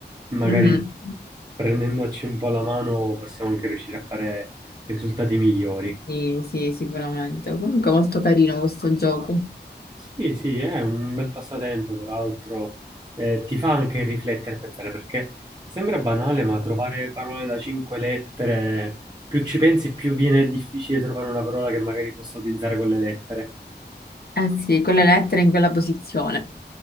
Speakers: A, on the right (about 25°); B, on the left (about 60°).
A: Magari
B: Mhm.
A: prendendoci un po' la mano possiamo anche riuscire a fare risultati migliori.
B: Sì, sì, sicuramente. Comunque molto carino questo gioco.
A: Sì, sì, è un bel passatempo, tra l'altro eh, ti fa anche riflettere e pensare, perché sembra banale, ma trovare parole da cinque lettere, più ci pensi, più viene difficile trovare una parola che magari possa utilizzare quelle lettere.
B: Eh sì, con le lettere in quella posizione.